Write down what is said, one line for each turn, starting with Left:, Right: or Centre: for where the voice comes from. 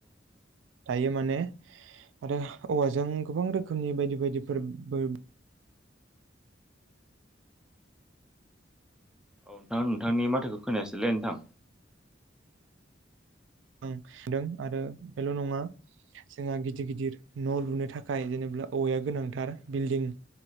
Right: दायो माने आरो औवाजों गोबां रोखोमनि बायदि बायदिफोरबो
Centre: औ नोंथां नोंथांनि माथोखौ खोनायासैलै नोंथां।
Right: आं सानदों आरो बेल' नङा <inaudible> जोंहा गिदिर गिदिर न' लुनो थाखाय जेनेब्ला औवाया गोनांथार बिल्डिं